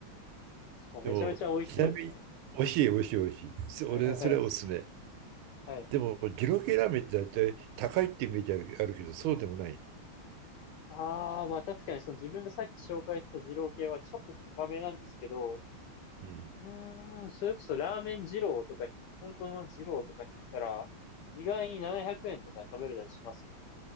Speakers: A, on the left (about 70°); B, on the right (about 85°).
A: しかもめちゃめちゃ美味しそうですね。
B: でも、ちなみに、美味しい、美味しい、美味しい。そ俺、
A: はいはいはい。
B: それはおすすめ。
A: はい。
B: でも、二郎系ラーメンって大体高いってイメージある、あるけど、そうでもない。
A: ああ、まあ確かにその自分でさっき紹介した二郎系はちょっと高めなんですけど、
B: うん。
A: うーん、それこそラーメン二郎とかに、本当の二郎とかに行ったら、意外に700円とかで食べれたりしますよ。